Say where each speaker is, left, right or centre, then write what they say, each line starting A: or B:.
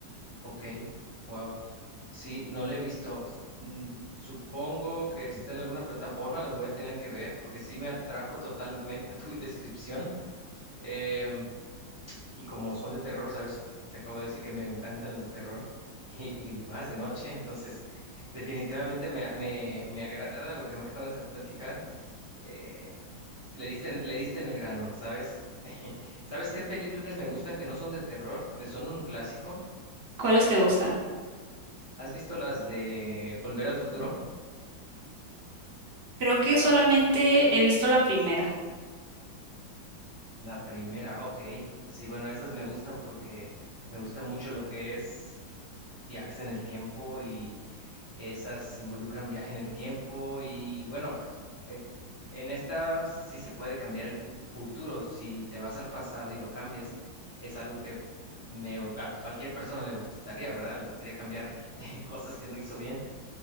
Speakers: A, on the right; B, on the right.
A: ok, wow. Sí, no la he visto. S- mm, Supongo que está en alguna plataforma, las voy a tener que ver porque sí me atrajo totalmente <laughs> tu descripción. Em, y como son de terror, sabes, te acabo de decir que me encantan las de terror <laughs> y, y más de noche, entonces definitivamente me, me, me agrada lo que me <laughs> acabas de platicar. Eh, Le diste, en- le diste en el grano, ¿sabes? <laughs> ¿Sabes qué películas me gustan que no son de terror, que son un clásico?
B: ¿Cuáles te gustan?
A: ¿Has visto las de Volver al Futuro?
B: Creo que solamente he visto la primera.
A: La primera, ok. Sí, bueno, esas me gustan porque me gusta mucho lo que es viajes en el tiempo y esas involucran viaje en el tiempo y bueno, Eh, En esta sí se puede cambiar el futuro. Si te vas al pasado y lo cambias, es algo que me, a cualquier persona le gustaría, ¿verdad? Le gustaría cambiar <laughs> eh, cosas que no hizo bien.